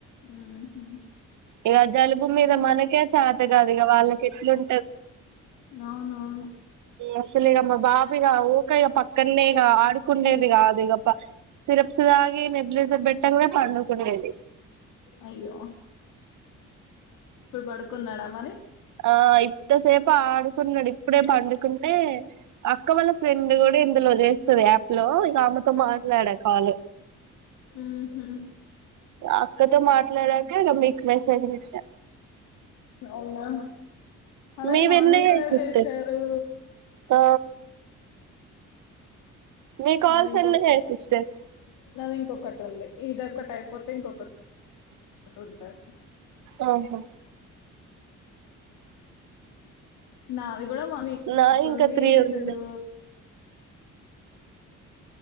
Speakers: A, on the left; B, on the right.
A: ఊహు
B: ఇగ జలుబు మీద మనకే చాత కాదు ఇక వాళ్ళకి ఎట్లుం
A: అవునవును
B: అసలే మా బాబు ఇగ ఇకా పక్కనే ఇక ఆడుకుండేది కాదు ఇగ సిరప్స్ తాగి న్యూబ్లైజర్ పెట్టగానే పడుకునేది
A: అయ్యో ఇప్పుడు పడుకున్నాడా మరి
B: ఆ ఇంతసేపు ఆడుకున్నాడు ఇప్పుడే పండుకుని ఏ అక్క వాళ్ళ ఫ్రెండ్ కూడా ఇందులో చేేస్తద హలో ఇంక ఆమెతో మాట్లాడా కాల్
A: హ్మ్ హ్మ
B: అక్కతో మాట్లాడాక ఇక మీకు మెసేజ్ పెట్టా
A: అవునా అదే
B: మీవెన్నయ్యాయి
A: మార్నింగ్ కూడా
B: సిస్టర్
A: చేసారు
B: ఆ మీ కాల్స్
A: నాది ఇంకొక
B: అన్ని చేయి సిస్టర్
A: నాది ఇంకొకటి ఉంది ఇదిొ ఒకటి అయిపోతే ఇంకొకటి ఉంటాది
B: ఆహా
A: నాది కూడా మనీ
B: నాయి
A: తుంది
B: ఇంకా త్రీ
A: అసలు
B: ఉన్నాయి